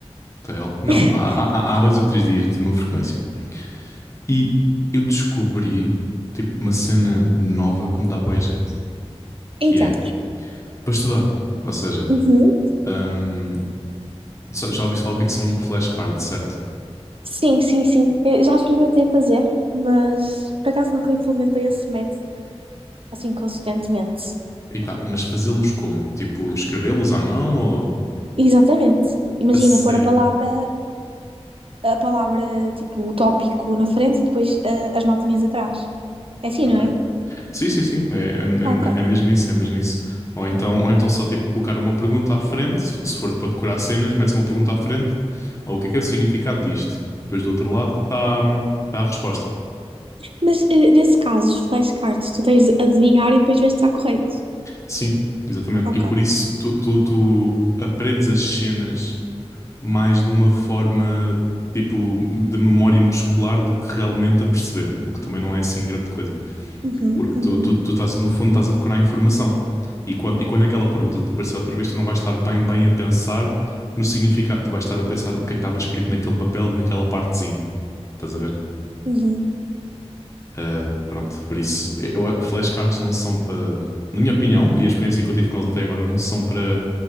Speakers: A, on the left; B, on the right.
A: tá real? Não,
B: <laughs>
A: há, há, há há dois ou três dias eu tinha uma frequência. E eu descobri tipo uma cena nova que me dá bué jeito. que
B: Então,
A: é para estudar. Ou seja,
B: uhum.
A: hum, só- já ouvi falar o que é que são flashcards, certo?
B: Sim, sim, sim. Eu já experimentei fazer, mas por acaso nunca implementei esse método assim consistentemente.
A: E tá, mas fazê-los como? Tipo, escrevê-los à mão ou.
B: Exatamente. Imagina
A: A sério.
B: pôr a palavra a palavra, tipo, o tópico na frente e depois ah, as notinhas atrás. É assim,
A: Ok.
B: não é?
A: Sim, sim, sim. É, é,
B: Ok.
A: é- é mesmo isso, é mesmo isso. Ou então, ou então só tipo colocar uma pergunta à frente, se se for para decorar cenas, metes uma pergunta à frente, ou o que é que é o significado disto? Depois do outro lado está tá a resposta.
B: Mas ah, nesse caso, os flashcards, tu tens de adivinhar e depois ver se está correto.
A: Sim, exatamente.
B: Ok.
A: E por isso tu, tu, tu aprendes as cenas mais de uma forma tipo de memória muscular do que realmente a perceber, o que também não é assim grande coisa,
B: Uhum,
A: porque
B: uhum,
A: tu, tu, tu estás, no fundo, estás a decorar a informação. E quando, e quando aquela pergunta te aparecer outra vez, tu não vais estar bem, bem a pensar no significado, tu vais estar a pensar o que é que estava escrito naquele papel, naquela partezinha. Estás a ver?
B: uhum.
A: Ah, pronto, por isso, eu, flashcards não são para, na minha opinião, e a experiência que eu tive com eles até agora, não são para